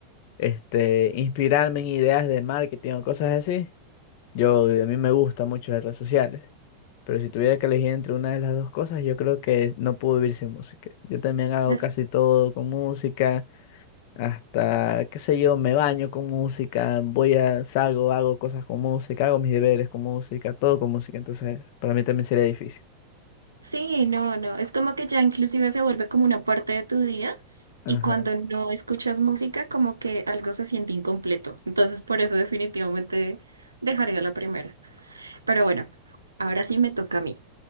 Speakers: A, on the left (about 50°); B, on the right (about 80°).
A: este, inspirarme en ideas de marketing o cosas así. Yo, a mí me gustan mucho las redes sociales, pero si tuviera que elegir entre una de las dos cosas, yo creo que no puedo vivir sin música. Yo también hago
B: Es-
A: casi todo con música hasta, qué sé yo, me baño con música, voy a, salgo, hago cosas con música, hago mis deberes con música, todo con música, entonces para mí también sería difícil.
B: Sí, no, no, es como que ya inclusive se vuelve como una parte de tu día
A: Ajá.
B: y cuando no escuchas música como que algo se siente incompleto. Entonces por eso definitivamente dejaría la primera. Pero bueno, ahora sí me toca a mí.